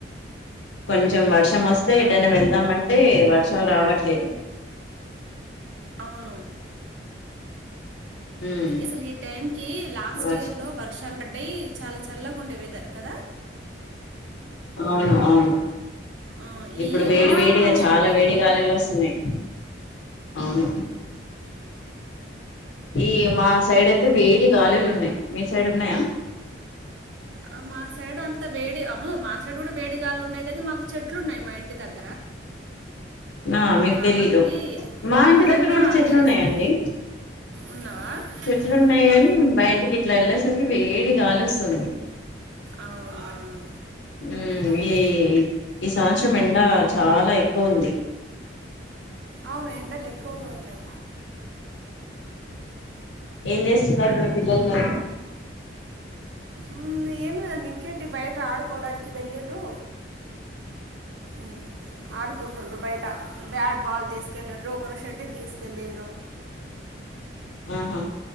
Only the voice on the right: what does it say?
అవునా
అవును
అసలు ఈ టైం కి లాస్ట్
ఇయర్ లో వర్షాలు పడ్డాయి చాలా చల్లగా ఉండే వెదర్ కదా
ఆ, ఈ
ఇయరే
అస్సలు
వర్షాలు
లేవు
ఆ మా సైడ్ అంత వేడి అవును మా సైడ్ కూడా వేడి ఉన్నాయిదది మాకు చెట్లు ఉన్నాయి మా ఇంటి దగ్గర
కాబట్టి
మాకంతా
తెలుస్తుంది ఉన్నావా
ఆ,
అవును అవును
ఆహా.
అవును ఎండలు ఎక్కువగా ఉన్నాయి
హమ్ ఏమి ఇంకేటి బయట ఆడుకోవడానికి వెళ్ళండ్రు ఉమ్ ఆడుకుంటుండ్రు బయట బ్యాట్ బాల్ తీసుకెళ్ళను్రో ఒకరు షటిల్ తీసుకెళ్ళండ్రో